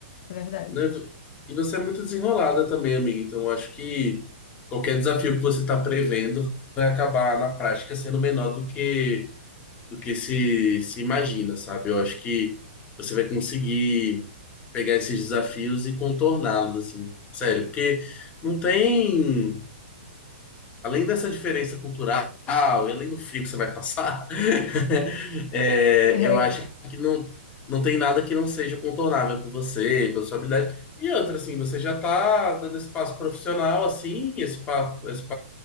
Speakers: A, on the left (about 50°); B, on the left (about 20°).
A: É verdade.
B: né? E você é muito desenrolada também, amiga. Então, eu acho que qualquer desafio que você está prevendo vai acabar na prática sendo menor do que do que se, se imagina, sabe? Eu acho que você vai conseguir pegar esses desafios e contorná-los, assim, sério, porque não tem além dessa diferença cultural e além do frio que você vai passar, <laughs> é,
A: É.
B: eu acho que não, não tem nada que não seja contornável por você, pela sua habilidade. E outra, assim, você já tá dando esse passo profissional, assim, esse, papo, esse